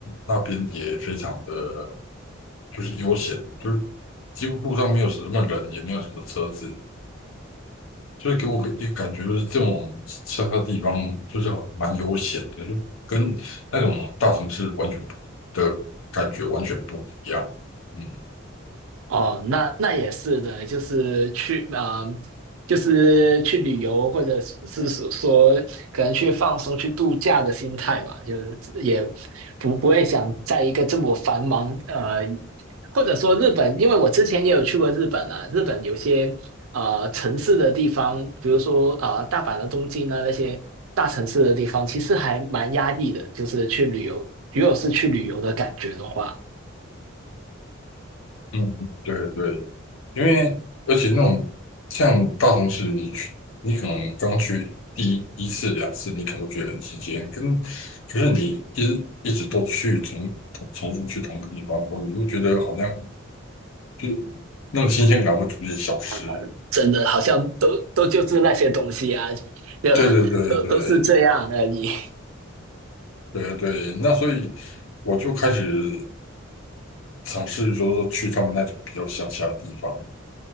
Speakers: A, on the left; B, on the right.
A: 那边也非常的就是悠闲，就是几乎路上没有什么人，也没有什么车子，所以给我一个感觉就是这种乡下地方就是蛮悠闲的，就跟那种大城市完全不的感觉完全不一样。嗯，
B: 哦，那那也是的，就是去啊、呃就是去旅游，或者是是说可能去放松、去度假的心态嘛，就是也不不会想在一个这么繁忙呃，或者说日本，因为我之前也有去过日本啊，日本有些呃城市的地方，比如说啊、呃、大阪的东京啊那些大城市的地方，其实还蛮压抑的，就是去旅游，如果是去旅游的感觉的话。
A: 嗯，对对，因为而且那种像大城市，你去你可能刚去第一一次两次，你可能会觉得很新鲜，跟可是你一直一直都去重重复去同一个地方，你会觉得好像。就那种新鲜感会逐渐消失。
B: 啊，真的好像都都就是那些东西啊，就
A: 对对对对
B: 都都是这样而已。
A: 对对，那所以我就开始尝试，就是说去他们那种比较乡下的地方。